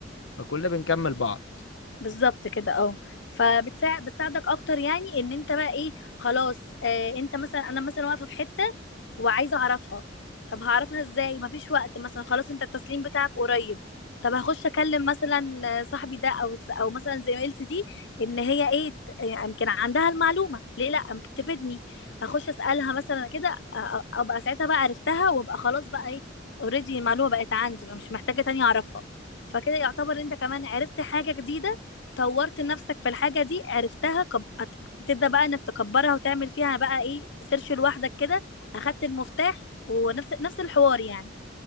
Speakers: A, on the left; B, on the left.
A: فكلنا بنكمل بعض
B: بالظبط كده اه فبتساعد بتساعدك اكتر يعني ان انت بقى ايه خلاص آه انت مثلا انا مثلا واقفه في حته وعايزه اعرفها طب هعرفها ازاي مفيش وقت مثلا خلاص انت التسليم بتاعك قريب طب هخش اكلم مثلا آه، صاحبي ده او او مثلا زميلتي دي ان هي ايه ت- آه، يمكن عندها المعلومه ليه لا يمكن تفيدني هخش اسالها مثلا كده آه، آه، ابقى ساعتها بقى عرفتها وابقى خلاص بقى ايه اوريدي المعلومه بقت عندي فمش محتاجه تاني اعرفها فكده يعتبر انت كمان عرفت حاجه جديده طورت نفسك في الحاجة دي عرفتها كب... هت- تبدأ بقى انك تكبرها وتعمل فيها بقى ايه سيرش لوحدك كده اخدت المفتاح ونفس نفس الحوار يعني